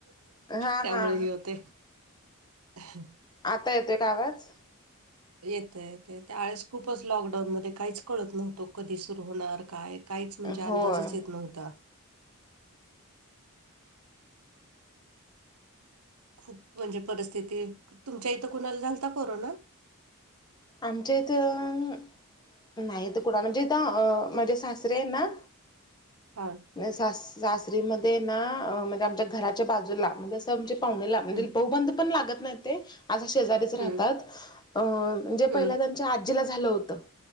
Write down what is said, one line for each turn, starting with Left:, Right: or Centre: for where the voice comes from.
Left: हा
Right: त्यामुळे
Left: हा
Right: ह होते. ह
Left: आता येतोय का आवाज
Right: येतय ते त्यावेळेस खूपच लॉकडाऊन मध्ये काहीच कळत नव्हतो कधी सुरू होणार काय काहीच म्हणजे अंदाजच
Left: होय
Right: येत नव्हता खूप म्हणजे परिस्थिती, तुमच्या इथं कुणाला झालता कोरोना?.
Left: आमच्या इथं नाही तर कुणा म्हणजेथ अ माझे सासरे आहे ना
Right: हां
Left: सास सासरीमध्ये ना म्हणजे आमच्या घराच्या बाजूला म्हणजे णजे पाहणेला म्हणजे
Right: हम्म
Left: बहुबंद पण लागत नाही ते आझा शेजारीच राहतात
Right: हम्म
Left: अ म्हणजे
Right: हम्म
Left: पहिला त्यांच्या आजीला झालं होत